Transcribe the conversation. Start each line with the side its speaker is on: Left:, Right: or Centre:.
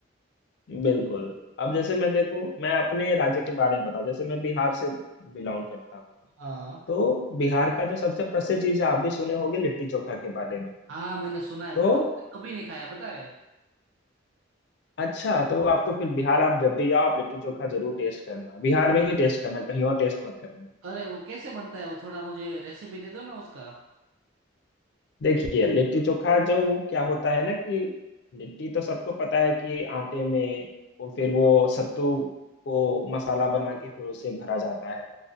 Left: बिल्कुल अब जैसे मैं देखूं मैं अपने राज्य के बारे में बताऊं जैसे मैं बिहार से बिलोंग करता हूँ
Right: हाँ
Left: तो बिहार का जो सबसे प्रसिद्ध चीज है आप भी सुने होंगे लिट्टी चोखा के बारे में
Right: हाँ मैंने सुना है
Left: तो
Right: बहुत कभी नहीं खाया पता है
Left: अच्छा तो आपको फिर बिहार आप जब भी आओ आप लिट्टी चोखा जरूर टेस्ट करना बिहार में ही टेस्ट करना कहीं और टेस्ट मत करना
Right: अरे वो कैसे बनता है वो थोड़ा मुझे रेसिपी दे दो ना उसका
Left: देखिए लिट्टी चोखा जो वो क्या होता है ना कि लिट्टी तो सबको पता है कि आटे में वो फिर वो सत्तू को मसाला बना के फिर उसे भरा जाता है